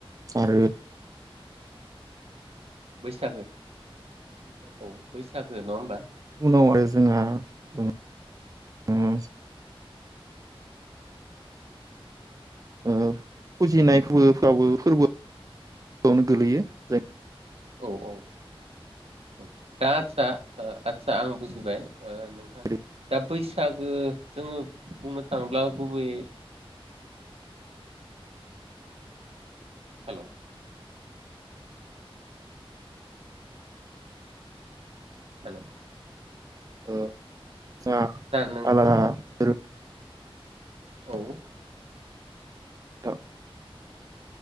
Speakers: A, on the right (about 35°); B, on the right (about 85°).
A: आरो
B: बैसागो औ बैस सागो न'आ होमबा?
A: औ आरो जोंहा उम उम ओ फुजिनाय फोरफ्राबो फोरबोआवनो गोलैयो जाय
B: औ औ दा आथसा ओ आथसा आं बुजिबाय ओ नोंथां
A: जेरैहाय
B: दा बैसागो जोङो बुंनो थाङोब्ला गुबैयै हेल' हेल'
A: ओ सा
B: नों
A: आलारा <unintelligible>
B: औ
A: थ'